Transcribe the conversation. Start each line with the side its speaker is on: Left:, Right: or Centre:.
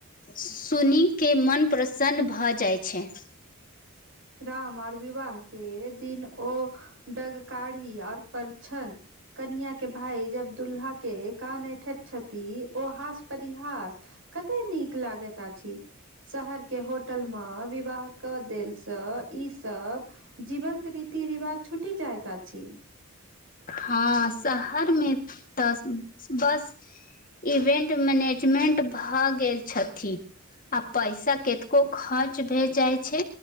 Left: सुने के मोन प्रसन्न भऽ जाइ छै
Right: राम आऔर विवाह के दिन ओ डगकाढ़ी आऔर परछन कनिया के भााय जब दुूल्हा के कान ऐठत छथि ओ हास पररिहास कते नीक लागैत अछि शहर के होटल मे विवाह कऽ देल से ई सब जीवंत रीति रिवाज छूटि जाइत अछि
Left: हँ शहर मे तऽ बस इवेंट मैनेजमेंट भऽ गेल छथि आ पैसा कतको खर्च भए जाय छै